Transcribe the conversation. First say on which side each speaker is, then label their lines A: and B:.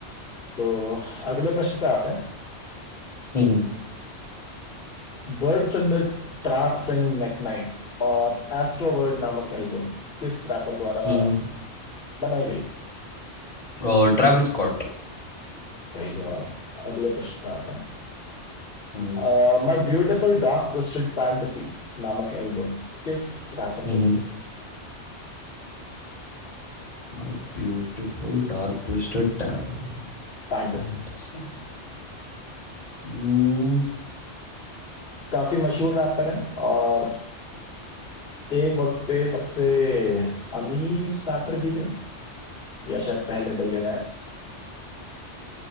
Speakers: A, on the left; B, on the left.
A: तो अगले प्रश्न पे आते हैं
B: हम्म
A: Birds in the trap sing McKnight और एस्ट्रोवर्ड नामक एल्बम किस रैपर द्वारा
B: हम्म
A: बनाई गई थी
B: और ट्रेविस स्कॉट
A: सही जवाब अगले प्रश्न पे आते
B: हम्म
A: हैं My beautiful dark twisted fantasy नामक एल्बम किस रैपर
B: हम्म
A: ने लिखी थी
B: My beautiful dark twisted talent.
A: फैंटेसी
B: अच्छा हम्म
A: काफी मशहूर रैपर है और एक वक्त पे सबसे अमीर रैपर भी थे या शायद पहले बिलियनर